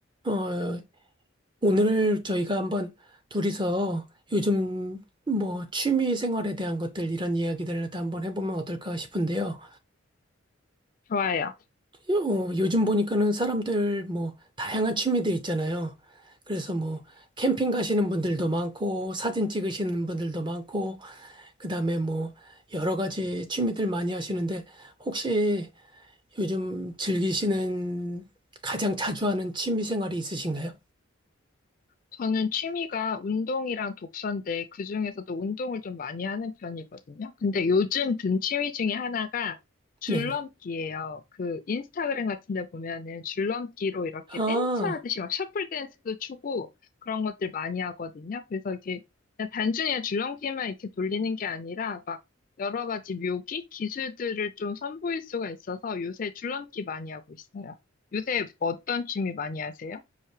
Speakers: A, on the right; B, on the left.
A: 어, 오늘 저희가 한번 둘이서 요즘 뭐 취미 생활에 대한 것들 이런 이야기들을 다 한번 해보면 어떨까 싶은데요.
B: 좋아요.
A: 요, 요즘 보니까는 사람들 뭐 다양한 취미들 있잖아요. 그래서 뭐 캠핑 가시는 분들도 많고 사진 찍으시는 분들도 많고 그다음에 뭐 여러 가지 취미들 많이 하시는데 혹시 요즘 즐기시는 가장 자주 하는 취미 생활이 있으신가요?
B: 저는 취미가 운동이랑 독서인데 그중에서도 운동을 좀 많이 하는 편이거든요. 근데 요즘 든 취미 중에 하나가 줄넘기예요.
A: 네네.
B: 그 인스타그램 같은 데 보면은 줄넘기로 이렇게
A: 아.
B: 댄스 하듯이 막 셔플 댄스도 추고 그런 것들 많이 하거든요. 그래서 이게 그냥 단순히 줄넘기만 이렇게 돌리는 게 아니라 막 여러 가지 묘기, 기술들을 좀 선보일 수가 있어서 요새 줄넘기 많이 하고 있어요. 요새 어떤 취미 많이 하세요?